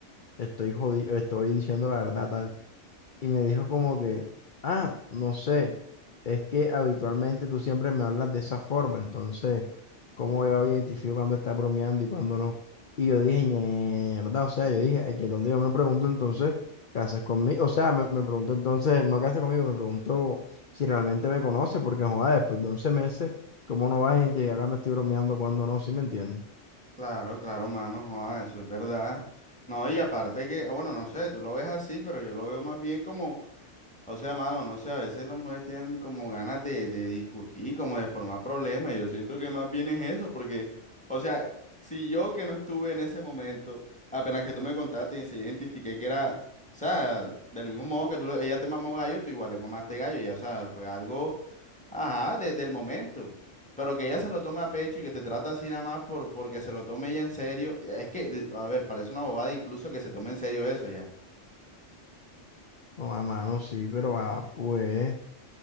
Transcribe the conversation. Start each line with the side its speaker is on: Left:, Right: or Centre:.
Left: estoy jodido, estoy diciendo la verdad, tal. Y me dijo como que, ah, no sé, es que habitualmente tú siempre me hablas de esa forma, entonces, ¿cómo yo identifico cuando está bromeando y cuando no? Y yo dije, mierda, o sea, yo dije, "Ay, que donde yo me pregunto entonces, ¿qué haces conmigo? O sea, me, me pregunto entonces, no qué haces conmigo, me pregunto si realmente me conoce, porque joder, después de 11 meses, ¿cómo no vas a identificar cuando estoy bromeando, cuando no? ¿Sí me entiendes?
Centre: Claro, claro, mano. joda, eso es verdad. No, y aparte que, o bueno, no sé, tú lo ves así, pero yo lo veo más bien como, o sea, mano, no sé, a veces las mujeres tienen como ganas de, de discutir, como de formar problemas. Yo siento que más bien es eso, porque, o sea, si yo que no estuve en ese momento, apenas que tú me contaste y se identifiqué que era, o sea, del mismo modo que tú, le- ella te mamó gallo, tú igual le mamaste gallo, ya, o sea, fue algo. Ajá, desde el momento. Pero que ella se lo tome a pecho y que te trata así nada más por, porque se lo tome ella en serio. Es que, a ver, parece una bobada incluso que se tome en serio eso ya.
Left: No, a mano, sí, pero ah, pues.